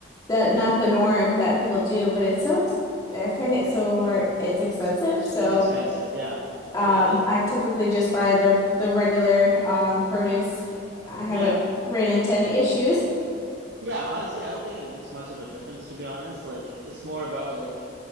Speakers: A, on the left; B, on the right.
A: the not the norm that people do, but it's so ex I find it so more it's expensive, so
B: It's expensive, yeah.
A: Um,
B: Yeah, like
A: I typically just buy the the regular um produce. I haven't
B: yeah.
A: ran into any issues.
B: Yeah, honestly, I don't think it makes much of a difference to be honest. Like it's more about like